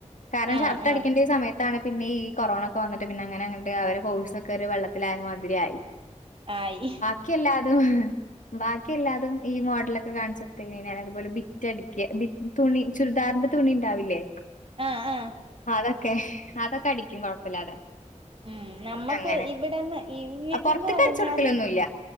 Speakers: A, on the left; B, on the right.
A: കാരണം
B: ആഹ്
A: ഷർട്ട് അടിക്കണ്ടയ
B: ആഹ്
A: സമയത്താണ് പിന്നെ ഈ കൊറോണൊക്കെ വന്നിട്ട് പിന്നെ അങ്ങനെ അങ്ങട്ട് അവരെ കോഴ് സൊ ക്കെ ഒര്‌ വെള്ളത്തിലായ മാതിരി ആയി
B: ആയി
A: ക്കി എല്ലാതും ബാക്കി എല്ലാതും ഈ മോഡലൊക്കെ കാണിച്ച് കൊട്ത്ത് കഴിഞ്ഞയ് ഞാല് അതുപോലെ ബിറ്റടിക്ക ബി തുണി ചുരിദാറിന്റെ തുണി ണ്ടാവില്ലേ
B: ആഹ് ആഹ്
A: അതൊക്കെ അതൊക്കെ അടിക്കും കുഴപ്പല്ലാതെ
B: ഉം നമ്മക്ക്
A: അങ്ങനെ
B: ഇവിടെന്ന് <unintelligible>
A: പൊറത്ത്ക്ക്
B: പറഞ്ഞാല്
A: അടിച്ചു കൊടുക്കലൊന്നുല്ല